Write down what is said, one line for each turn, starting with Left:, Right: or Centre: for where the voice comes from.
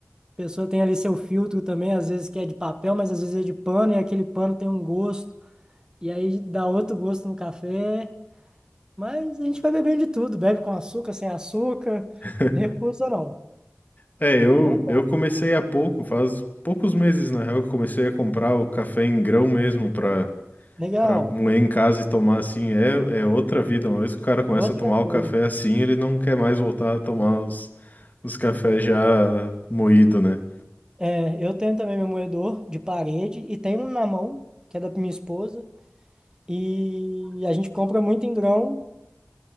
Right: pessoa tem ali seu filtro também, às vezes que é de papel, mas às vezes é de pano, e aquele pano tem um gosto, e aí dá outro gosto no café. Mas a gente vai bebendo de tudo, bebe com açúcar, sem açúcar,
Left: <laughs>
Right: recusa não.
Left: É, eu,
Right: É,
Left: eu comecei há pouco, faz poucos meses, na real, que eu comecei a comprar o café em grão mesmo para
Right: legal.
Left: para moer em casa e tomar assim. É, é outra vida. Uma vez que o cara começa
Right: Outra
Left: a tomar
Right: coisa,
Left: o café assim, ele não quer mais voltar a tomar os, os cafés já moído, né?
Right: é, eu tenho também meu moedor de parede e tenho um na mão, que é da minha esposa, e a gente compra muito em grão